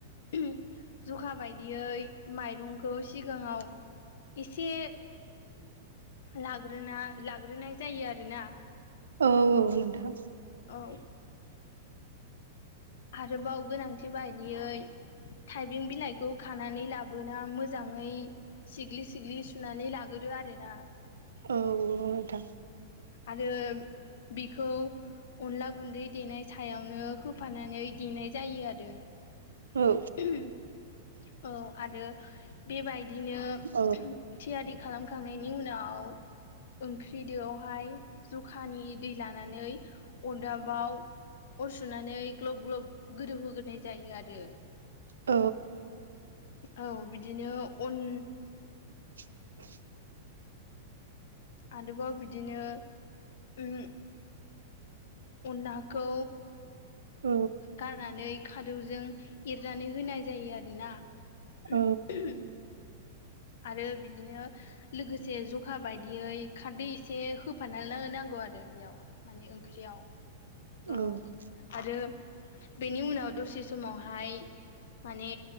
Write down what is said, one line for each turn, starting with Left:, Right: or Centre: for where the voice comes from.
Left: ज'खा बायदियै माइरंखौ सिगाङाव इसे लाग्रोना लाग्रोनाय जायो आरोना।
Right: औ औ नोंथां।
Left: औ आरोबाव गोनांथि बायदियै थाइबें बिलाइखौ खानानै लाबोना मोजाङै सिग्लि सिग्लि सुनानै लागोरो। बे आरो आरोना।
Right: औ औ नोंथां।
Left: आरो बिखौ अनला गुनदै देनाय सायावनो होफानानै देनाय जायो आरो
Right: औ
Left: ‌। औ आरो बेबायदिनो
Right: औ
Left: थियारि खालामखांनायनि उनाव ओंख्रि दोयावहाय ज'खानि दै लानानै अरदाबाव अर सुनानै ग्लब ग्लब गोदौहोग्रोनाय जायो आरो
Right: औ
Left: औ बिदिनो अन
Right: <inaudible>
Left: आरोबाव बिदिनो ओम अनलाखौ
Right: औ
Left: गारनानै खादौजों एरनानै होनाय जायो आरोना।
Right: औ
Left: <unintelligible> आरो बिदिनो लोगोसे जखा बायदियै खारदै एसे होफानानै नांगौ बेयाव माने ओंख्रियाव औ दो
Right: औ
Left: आरो बेनि उनाव दसे समावहाय माने